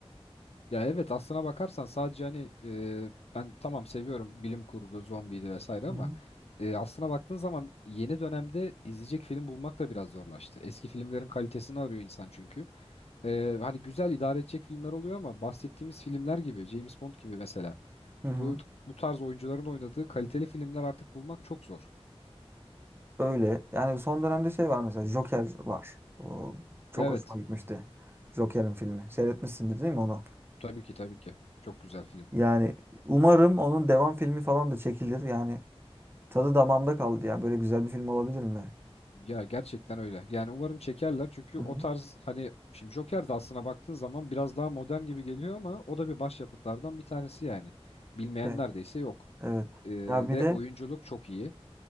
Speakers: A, on the left (about 75°); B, on the right (about 20°).
A: Ya evet aslına bakarsan sadece hani e, ben tamam seviyorum bilim kurgu, zombiydi vesaire ama
B: Hı hı.
A: e, aslına baktığın zaman yeni dönemde izleyecek film bulmak da biraz zorlaştı. Eski filmlerin kalitesini arıyor insan çünkü. E, hani güzel idare edecek filmler oluyor ama bahsettiğimiz filmler gibi, James Bond gibi mesela
B: Hı hı.
A: bu bu tarz oyuncuların oynadığı kaliteli filmler artık bulmak çok zor.
B: Öyle. Yani son dönemde şey var mesela Joker var. O çok
A: Evet,
B: hoşuma gitmişti. Joker'in filmi. Seyretmişsindir değil mi onu?
A: tabii ki tabii ki. Çok güzel film.
B: Yani umarım onun devam filmi falan da çekilir. Yani tadı damağımda kaldı ya. Böyle güzel bir film olabilir mi?
A: Ya gerçekten öyle. Yani umarım çekerler. Çünkü
B: hı
A: o
B: hı.
A: tarz hani şimdi Joker de aslına baktığın zaman biraz daha modern gibi geliyor ama o da bir başyapıtlardan bir tanesi yani. Bilmeyen
B: Evet.
A: neredeyse yok.
B: Evet.
A: Ee,
B: Ya bir
A: ve
B: de
A: oyunculuk çok iyi.